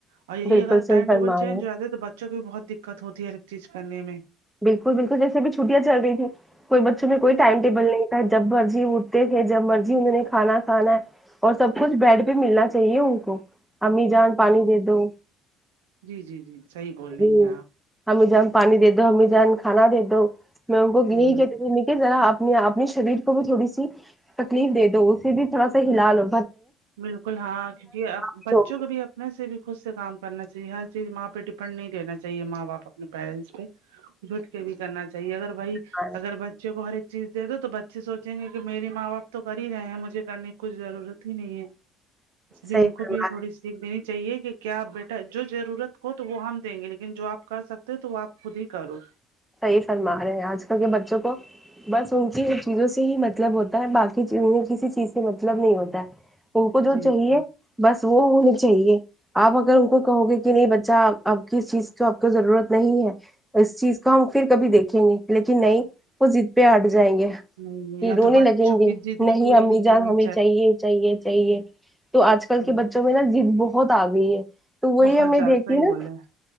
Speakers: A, on the right; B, in the centre.
A: اور یہی
B: بالکل
A: اگر
B: صحیح
A: ٹائم ٹیبل
B: فرما
A: چینج
B: رہے
A: ہوا تو بچوں بچوں کو بہت دککت ہوتی ہے ہر ایک چیز کرنے میں
B: بالکل بالکل جیسے ا بھی چھٹیاں چل رہی تھی کوئی بچوں میں کوئی ٹائم ٹیبل نہیں تھا جب مرضی اٹھ تھے جب مرضی انہوں نے کھانا کھانا ہے اور سب کچھ بیڈ پہ ملنا چاہیے ان کو امی جان پانی دے دو
A: جی جی جی صحیح بول رہی
B: ہمم
A: ہیں آپ
B: امی جان پانی دے دو امی جان کھانا دے دو میں ان کو یہی
A: ہ
B: کہتی <unintelligible> ذرا آپ اپنی شریر کو بھی تھوڑی سی تکلیف دے دو اسے بھی تھوڑا سا ہلالو
A: بالکل ہاں کیونکی اب
B: ہی
A: بچوں
B: لوگ
A: کو بھی آب ویسے بھی خود سے کام کرنا چاہیے ہر چیز ماں پہ ڈپینڈ نہیں دینا چاہیے ماں باپ اپنے پییرنٹس پہ جٹ کے بھی کرنا چاہیے اگر بھائی
B: کھا رہے ہیں
A: اگر بچے کو ہر ایک چیز دے دو تو بچے سونچے گے کہ میرے ماں باپ تو کر ہی رہے ہیں مجھے کرنے کی کچھ ضرورت بھی نہیں ہے اس لیے
B: صحیح
A: ان کو
B: فرما
A: بھی تھوڑی سی سیکھ دینی چاہیے کہ کیا بیٹا جو ضرورت ہو تو وہ ہم دیںگے لیکن جو آپ کر سکتے ہو تو آپ خود ہی کرو
B: صحیح فرما رہے ہیں آج کل کے بچوں کو بس ان کی ہی چیزوں سے ہی مطلب ہوتا ہے باقی کسی چیز سے مطلب نہیں ہوتا ہے ان کو جو
A: جی
B: چاہیے
A: ہ
B: بس وہ ہونی چاہیے آپ اگر ان کو کہو گے کہ نہیں بچہ اب کس چیز کو آپ کو ضرورت نہیں ہے اس چیز تو ہم پھر کبھی دیکھیں گے لیکن نہیں وہ ضد پہ ہٹ جائیں گے
A: نہیں نہیں
B: یہ
A: یہاں
B: رونے
A: تو بچوں
B: لگیں
A: کی
B: گے
A: ضد بھی
B: نہیں
A: پوری
B: امی جان
A: کرنی
B: ہمیں چاہیے چاہیے چاہیے تو آج کل
A: ہ
B: کے بچوں میں نا ضد بہت آ گئی ہے تو وہی
A: بہت
B: ہم نے
A: زیادہ
B: دیکھی
A: صحیح
B: نا
A: بولے ہیں۔